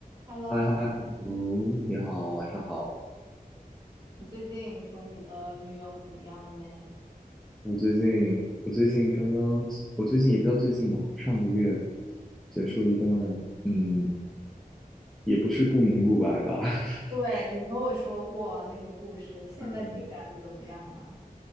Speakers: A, on the right; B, in the centre.
A: Hello，
B: 嗨嗨，嗯，你好，晚上好。
A: 你最近和你的女友怎么样了呢？
B: 我最近，我最近刚刚，我最近也不叫最近吧，上个月结束了一段，嗯，也不是不明不白吧，<laughs>
A: 对，你和我说过那个故事，现在进展的怎么样了？
B: 嗯，